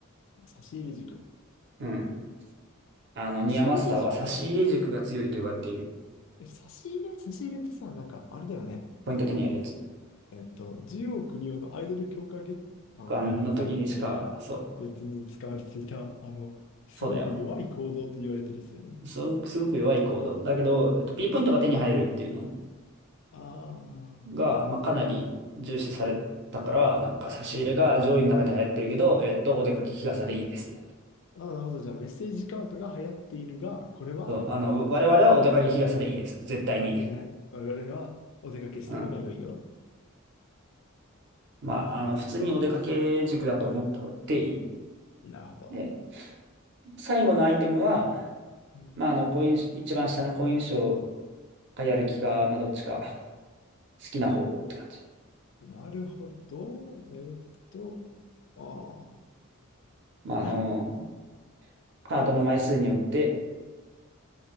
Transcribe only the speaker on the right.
うん。あの、ニアマスターは差し入れ軸が強いと言われている。
ポイント手にあるやつ。
あの時にしか、そ
う、そうだよ。そう、すごく弱い行動。だけど、えっと、P ポイントが手に入るっていうの
が、
まあ、かなり重視されたから、なんか差し入れが上位の中で流行ってるけど、えっと、お出かけ日傘でいいです。
そう、あの、我々はお出かけ日傘でいいです。
絶対に。
うん。まあ、あの、
普通にお出かけ塾だと思っていい。
で、最後のアイテムは、
まあ、あの、好印象、一番下の好印象かやる気か、まあ、どっちか好きな方をって感じ。
まあ、あの、
カードの枚数によって、